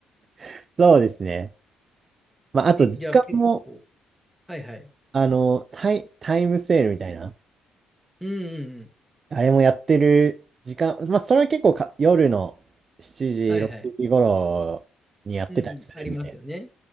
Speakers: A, on the right (about 45°); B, in the centre.
A: <laughs> そうですね。まああと時間も、
B: え、じゃあ結構はいはい。
A: あの、タイ、タイムセールみたいな。
B: うんうんうん。
A: あれもやってる時間、まあ、それは結構か夜の7時、
B: はいはい。
A: 6時頃にやってたりするんで、
B: うん。ありますよね。